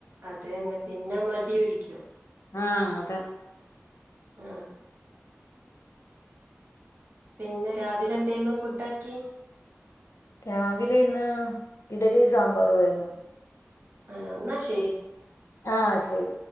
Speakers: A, on the right (about 50°); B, on the left (about 80°).
A: അതന്നെ പിന്നെ മടി പിടിക്കും
B: ആ അതെ
A: ആ പിന്നെ രാവിലെന്തേനു ഫുഡാക്കി
B: രാവിലെന്ന് ഇഡലി സാമ്പാറേർന്നു
A: ആണാ ന്നശ്
B: ആ ശെരി